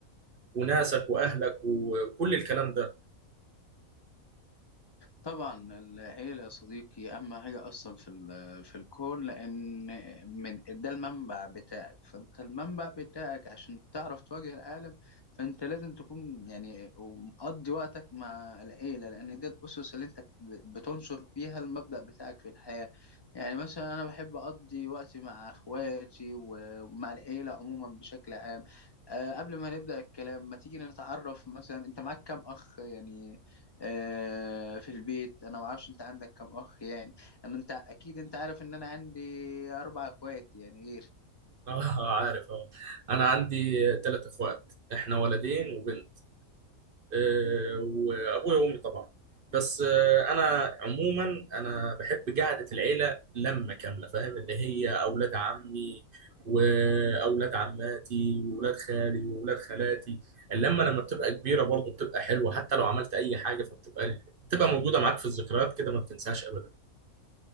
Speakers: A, on the right (about 50°); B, on the left (about 25°).
A: وناسك واهلك وكل الكلام ده
B: طبعا العيلة يا صديقي أهم حاجة أصلا في ال- في الكون لأن من ده المنبع بتاعك فأنت المنبع بتاعك عشان تعرف تواجه العالم فأنت لازم تكون يعني مقضي وقتك مع العيلة لأن ده الأسس اللي أنت ب- بتنشر فيها المبدأ بتاعك في الحياة يعني مثلا أنا بحب أقضي وقتي مع إخواتي و- ومع العيلة عموما بشكل عام أه قبل ما نبدأ الكلام ما تيجي نتعرف مثلا أنت معاك كام أخ يعني آه، في البيت انا ما اعرفش انت عندك كم اخ يعني انا انت اكيد انت عارف ان انا عندي اربع اخوات يعني غيري
A: <laughs> اه عارف اه انا عندي ثلاث اخوات احنا ولدين وبنت آه، وابويا وامي طبعا بس آه، انا عموما انا بحب قعده العيله لمه كامله فاهم اللي هي اولاد عمي واولاد عماتي واولاد خالي واولاد خالاتي اللمه لما بتبقى كبيره برضه بتبقى حلوه حتى لو عملت اي حاجه فبتبقى بتبقى موجوده معاك في الذكريات كده ما بتنساش ابدا